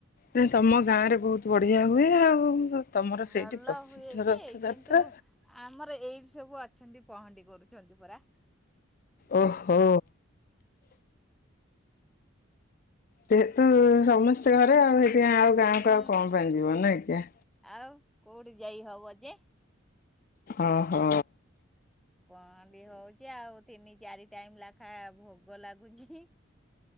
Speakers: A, on the left; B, in the centre.
A: ନା ତତମ ଗାଁ ରେ ବହୁତ ବଢ଼ିଆ ହୁଏ ଆଉ। ତମର
B: ଭଲ
A: ସେଇଠି ପ୍ରସିଦ୍ଧ
B: ହୁଏ ଯେ
A: ରଥଯାତ୍ରା।
B: କିନ୍ତୁ ଆମର ଏଇଠି ସବୁ ଅଛନ୍ତି। ପହଣ୍ଡି କରୁଛନ୍ତି ପରା।
A: ଓହୋ! ଯେହେତୁ ସମସ୍ତେ ଘରେ ଆଉ ସେଠି ଆଉ ଗାଁକୁ
B: ହୁଁ।
A: ଆଉ କଣ ପାଇଁ ଯିବ ନାଇଁକି?
B: ଆଉ କୋଉଠି ଯାଇ ହବ ଯେ।
A: ଓ ହୋ।
B: ପହଣ୍ଡି ହଉଚି ଆଉ ତିନି ଚାରି ଟାଇମ୍ ଲାଖା ଭୋଗ ଲାଗୁଛି।